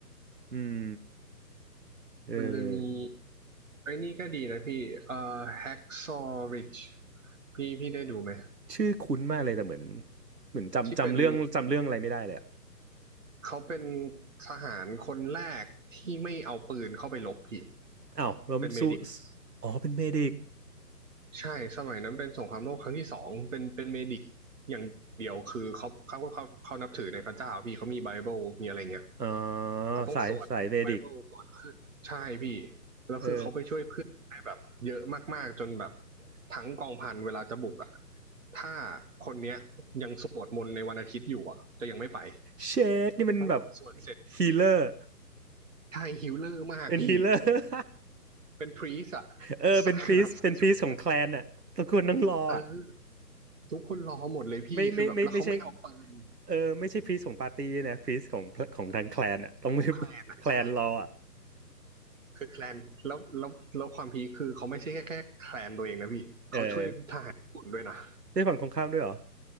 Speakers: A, on the right; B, on the right.
A: อืมเอ
B: มันจะมี
A: อ
B: ไอ้นี่ก็ดีนะพี่เอ่อ Hacksaw Ridge พี่พี่ได้ดูไหม
A: ชื่อคุ้นมากเลยแต่เหมือนเหมือนจำจำเรื่องจำเรื่องอะไรไม่ได้เลยอะ
B: ที่เป็น เขาเป็นทหารคนแรกที่ไม่เอาปืนเข้าไปรบพี่
A: อ้าวแล้วมันสู้
B: เป็นเมดิก
A: อ๋อเป็นเมดิก
B: ใช่สมัยนั้นเป็นสงครามโลกครั้งที่สองเป็นเป็นเมดิกอย่างเดียวคือเขาเขาเขาเขานับถือในพระเจ้าพี่เขามีไบเบิลมีอะไรเงี้ย
A: อ๋อ
B: เขาต้องสวดไบเบิลก่อนขึ้นใช่พี่
A: สายสายเมดิก
B: แล้วคือเขาไปช่วยเพื่อนได้แบบเยอะมากๆจนแบบ
A: เออ
B: ทั้งกองพันเวลาจะบุกอ่ะถ้าคนเนี้ยยังสวดมนต์ในวันอาทิตย์อยู่อ่ะจะยังไม่ไป
A: เชดนี่มันแบบ
B: แล้อสวดเสร็จ
A: ฮีเลอร์
B: ใช่ฮิลเลอร์มากพี่
A: เป็นฮี <laughs> เลอร์
B: เป็นพรีสอะ <laughs>
A: เออเป็นพรีสเป็นพรีสของแคลนอ่ะตระกูลนังรออ่ะ
B: สายแบบสายช่วยอะเออ ทุกคนรอหมดเลยพี่
A: ไม่ไม่ไม่ไม่ใช่
B: คือแบบแล้วเขาไม่เอาปืน
A: เออไม่ใช่พรีสของปาร์ตี้ด้วยนะพรีสของของทางแคลนอ่ะต้องไม่
B: ของแคลนอะใช่
A: แคลนรออ่ะ
B: คือแคลน แล้วแล้วแล้วความพีคคือเขาไม่ใช่แค่แค่แคลนตัวเองนะพี่
A: <laughs> เอ
B: เขาช่วยทหารญี่ปุ่นด้วยนะ
A: อได้ฝั่งตรงข้ามด้วยเหรอ